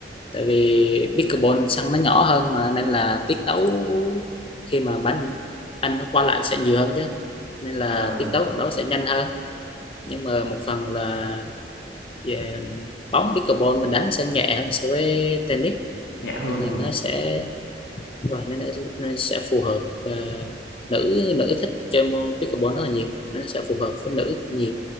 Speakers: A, on the left (about 30°); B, on the left (about 75°).
A: tại vì pickleball sân nó nhỏ hơn mà nên là tiết tấu khi mà bắn anh nó qua lại sẽ nhiều hơn chứ nên là
B: à,
A: tiết tấu trận đấu sẽ nhanh hơn nhưng mà một phần là về bóng pickleball mình đánh sẽ nhẹ hơn so với tennis
B: nhẹ hơn
A: nên là
B: đúng
A: nó
B: không
A: sẽ và nên, là- nên sẽ phù hợp ờ, nữ nữ thích chơi môn pickleball rất là nhiều nó sẽ phù hợp với nữ nhiều